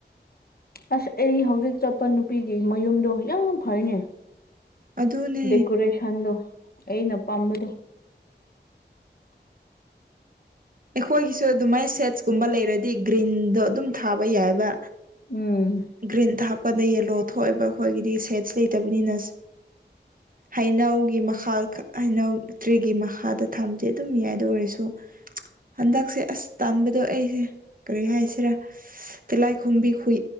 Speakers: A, on the left; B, on the right.
A: ꯑꯁ ꯑꯩ ꯍꯧꯖꯤꯛ ꯆꯠꯄ ꯅꯨꯄꯤꯒꯤ ꯃꯌꯨꯝꯗꯣ ꯌꯥꯝ ꯐꯩꯅꯦ
B: ꯑꯗꯨꯅꯦ
A: ꯗꯦꯀꯣꯔꯦꯁꯟꯗꯣ ꯑꯩꯩꯅ ꯄꯥꯝꯕꯗꯨ
B: ꯑꯩꯈꯣꯏꯒꯤꯁꯨ ꯑꯗꯨꯃꯥꯏꯅ ꯁꯦꯠꯁꯀꯨꯝꯕ ꯂꯩꯔꯗꯤ ꯒ꯭ꯔꯤꯟꯗꯣ ꯑꯗꯨꯝ ꯊꯥꯕ ꯌꯥꯏꯕ
A: ꯎꯝ
B: ꯒ꯭ꯔꯤꯟ ꯍꯥꯞꯀꯥꯟꯗ ꯌꯦꯂꯣ ꯊꯣꯛꯑꯦꯕ ꯑꯩꯈꯣꯏꯒꯤꯗꯤ ꯁꯦꯠ ꯏꯁꯩꯇꯕꯅꯤꯅ ꯍꯩꯅꯧꯒꯤ ꯃꯈꯥ ꯈꯛ ꯍꯩꯅꯧ ꯇ꯭ꯔꯤꯒꯤ ꯃꯈꯥꯗ ꯊꯝꯖꯦ ꯑꯗꯨꯝ ꯌꯥꯏꯗ ꯑꯗꯨ ꯑꯣꯏꯔꯁꯨ ꯍꯟꯗꯛꯁꯦ ꯑꯁ ꯇꯥꯝꯕꯗꯣ ꯑꯩꯁꯦ ꯀꯔꯤ ꯍꯥꯏꯁꯤꯔꯥ ꯇꯤꯂꯥꯏꯈꯣꯝꯕꯤ ꯈꯨꯏ